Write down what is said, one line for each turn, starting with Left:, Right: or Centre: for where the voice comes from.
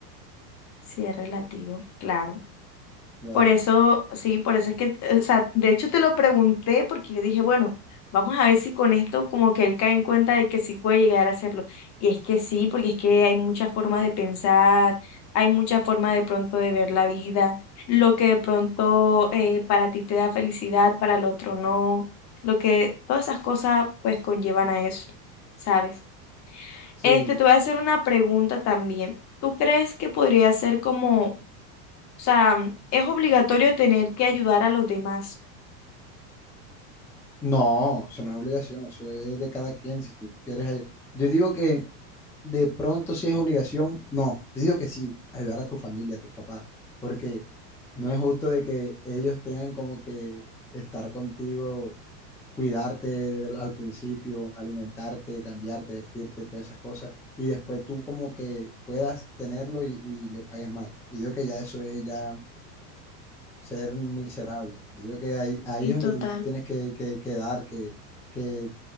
Left: sí es relativo, claro.
Centre: claro.
Left: Por eso, sí, por eso es que, eh, o sea, de hecho te lo pregunté porque yo dije, bueno, vamos a ver si con esto como que él cae en cuenta de que sí puede llegar a hacerlo. Y es que sí, porque es que hay muchas formas de pensar, hay muchas formas de pronto de ver la vida, lo que de pronto eh, para ti te da felicidad, para el otro no, lo que todas esas cosas pues conllevan a eso, ¿sabes?
Centre: Sí,
Left: Este, te voy a hacer una pregunta también. ¿Tú crees que podría ser como o sea, es obligatorio tener que ayudar a los demás.
Centre: no, eso no es obligación, eso es de cada quien, si tú quieres. eh, Yo digo que de pronto si es obligación, no, yo digo que sí, ayudar a tu familia, a tus papás, porque no es justo de que ellos tengan como que estar contigo, cuidarte del- al principio, alimentarte, cambiarte, vestirte, todas esas cosas, y después tú como que puedas tenerlo y, y le pagues mal. Yo digo que ya eso es ya ser miserable. Yo digo que ahí, ahí
Left: Sí,
Centre: es donde
Left: total,
Centre: tú te tienes que, que, que dar, que, que